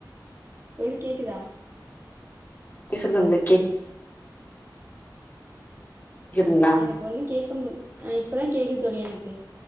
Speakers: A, on the right; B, on the left.
A: தொழி கேக்குதா
B: சொல்றோம்ல கேக் கேக்குதுங்களா
A: எனக்கு ஒண்ணும் கேட்க மாட் இப்பதான் கேக்குது தோழி எனக்கு கே